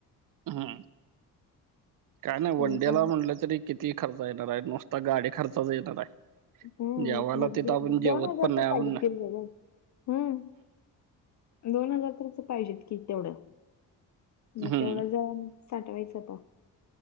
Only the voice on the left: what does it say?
तुम्ही
पण
हम्म,
एक म्हटली,
दोन हजार
तर
पाहिजेत,
<unintelligible> हम्म. दोन हजार तर पाहिजेत की तेवढं, मग
तेवढं जाऊन साठवायचं का?